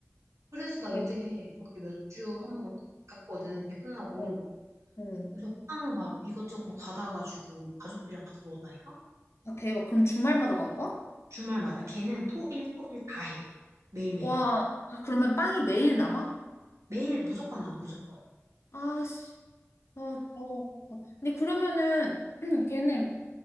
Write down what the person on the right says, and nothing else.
그래서 나
요새 그렇게 몇 주 한 번 갔거든. 이게 끝나고.
그래서 빵 막 이것저것 막 받아가지고 가족들이랑 같이 먹었다니까?
주말마다. 걔는 토, 일, 토, 일 다 해. 매일매일.
매일 무조건 나와, 무조건.